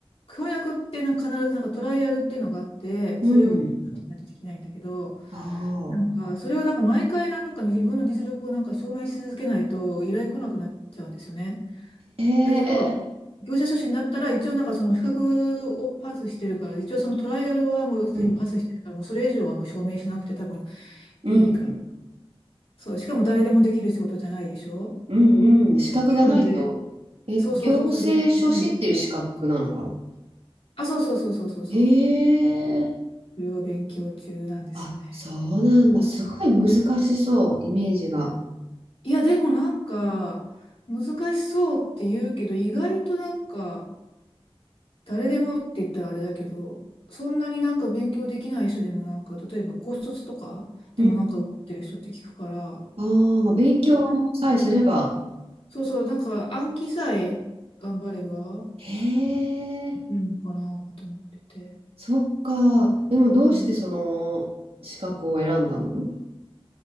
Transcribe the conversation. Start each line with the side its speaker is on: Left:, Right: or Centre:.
Left: 翻訳ってな必ずなんかトライアルっていうのがあってそれをしないとできないんだけど
Right: うんあ
Left: なんかそれをなんか毎回なんか自分の実力をなんか証明し続けないと依頼来なくなっちゃうんですよね。
Right: あ、へえ。
Left: だけど業者書士になったら一応なんかその資格をパスしてるから一応そのトライアルはもうすでにパスしてるからもうそれ以上はもう証明しなくて多分
Right: うん、うん、
Left: いいから。そう、しかも誰でもできる仕事じゃないでしょっ
Right: うん、うん。資格がないと。
Left: ていうので、
Right: え、
Left: そうそうそうそう、
Right: 行政書士っていう資格なのかな
Left: できない。あ、そうそうそうそうそうそう。
Right: へえ。
Left: いろいろ勉強中なんですよね。
Right: あ、そうなんだ。すごい難しそう、イメージが。
Left: いや、でもなんか、難しそうって言うけど、意外となんか、誰でもって言ったらあれだけど、そんなになんか勉強できない人でもなんか、例えば高卒とかでもなんか受かってる人って聞くから、
Right: うん。ああ、まあ、勉強さえすれば。
Left: そんなそうそう、なんか暗記さえ頑張れば、
Right: へえ。
Left: できるのかなと思ってて、
Right: そっか。でもどうしてその資格を選んだの
Left: それを